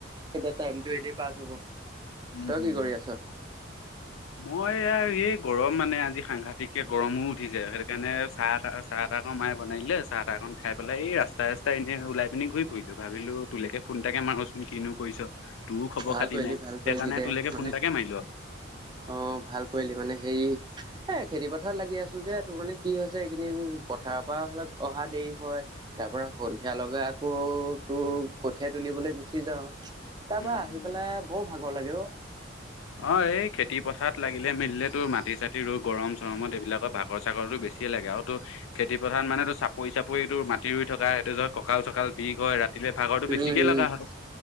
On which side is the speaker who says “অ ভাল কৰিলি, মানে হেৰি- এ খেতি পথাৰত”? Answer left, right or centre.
Right